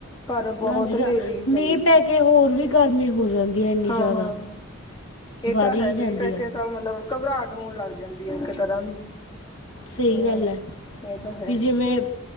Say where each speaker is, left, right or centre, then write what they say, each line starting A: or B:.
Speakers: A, on the left; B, on the left.
A: ਪਰ ਬਹੁਤ
B: ਨਾ ਜੀ ਜਾ
A: ਹਨੇਰੀ ਚੱਲੀ
B: ਮੀਂਹ ਪੈ ਕੇ ਹੋਰ ਵੀ ਗਰਮੀ ਹੋ ਜਾਂਦੀ। ਹੈ ਇੰਨੀ
A: ਹਾਂ-ਹਾਂ,
B: ਜ਼ਿਆਦਾ
A: ਏ
B: ਵੱਧ
A: ਤਾਂ
B: ਹੀ
A: ਹੈ
B: ਜਾਂਦੀ
A: ਮੀਂਹ ਪੈ
B: ਆ
A: ਕੇ ਤਾਂ ਮਤਲਬ ਘਬਰਾਟ ਹੋਣ ਲੱਗ ਜਾਂਦੀ ਐ ਇੱਕ ਤਰ੍ਹਾਂ ਦੀ।
B: ਸਈ
A: ਹਮ
B: ਗੱਲ ਐ,
A: ਇਹ ਤਾਂ ਹੈ
B: ਵੀ ਜਿਵੇਂ